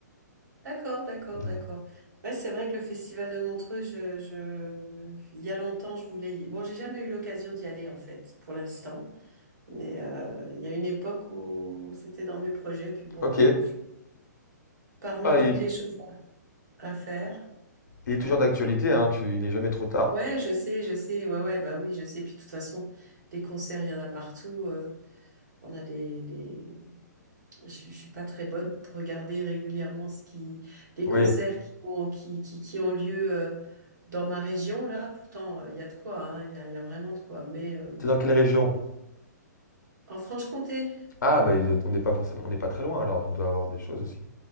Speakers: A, on the right; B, on the left.
A: D'accord, d'accord,
B: Ouais.
A: d'accord. Ouais, c'est vrai que le festival de Montreux, je, je, il y a longtemps, je voulais y... Bon, j'ai jamais eu l'occasion d'y aller, en fait, pour l'instant. Mais euh, il y a une époque où c'était dans mes projets. Puis bon,
B: Ok.
A: ben, parmi
B: Ah,
A: toutes
B: il,
A: les choses à faire,
B: il est
A: ouais.
B: toujours d'actualité, hein, tu, il n'est jamais trop tard.
A: Ouais, je sais, je sais. Ouais, ouais, bah oui, je sais. Puis de toute façon, des concerts, il y en a partout. euh, on a des, des, Je, je suis pas très bonne pour regarder régulièrement ce qui, les
B: Oui.
A: concerts qui ont, qui, qui, qui ont lieu euh, dans ma région, là. Pourtant, euh, il y a de quoi, hein, il y a, il y a vraiment de quoi. Mais euh,
B: T'es dans quelle région?
A: en Franche-Comté,
B: Ah, bah, il- on n'est pas forcément, on n'est pas très loin alors, il doit avoir des choses aussi.